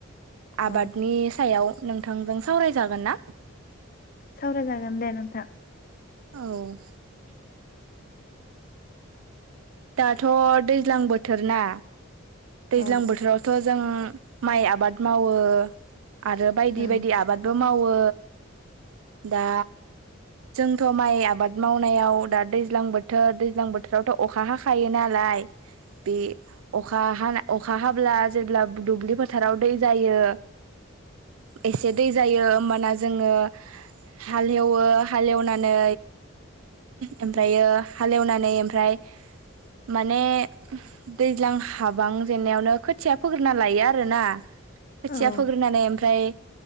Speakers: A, on the left (about 45°); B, on the right (about 80°).
A: औ
B: आबादनि सायाव नोंथांजों सावरायजागोन ना?
A: सावराय जागोन दे नोंथां।
B: औ दाथ' दैज्लां बोथोर ना दैज्लां
A: औ
B: बोथोराव थ' जों माइ आबाद मावो आरो बायदि
A: औ
B: बायदि आबादबो मावो दा जोंथ' माइ आबाद मावनायाव दा दैज्लां बोथोर दैज्लां बोथोरावथ' अखा हाखायो नालाय बे अखा हाना अखा हाब्ला जेब्ला दुब्लि फोथाराव दै जायो एसे दै जायो होमबाना जोङो हालेवो हालेवनानै ओमफ्रायो हालेवनानै ओमफ्राय माने दैज्लां हाबां जेननायावनो खोथिया फोग्रोना लायो आरोना खोथिया
A: औ
B: फोग्रोनानै ओमफ्राय